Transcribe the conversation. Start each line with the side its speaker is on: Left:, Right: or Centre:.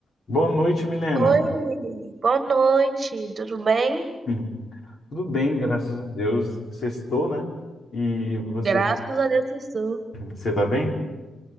Left: Boa noite, Milena.
Right: Oi, boa noite, tudo bem?
Left: <laughs> Tudo bem, graças a Deus. Sextou, né? E você,
Right: Graças a Deus estou.
Left: você tá bem?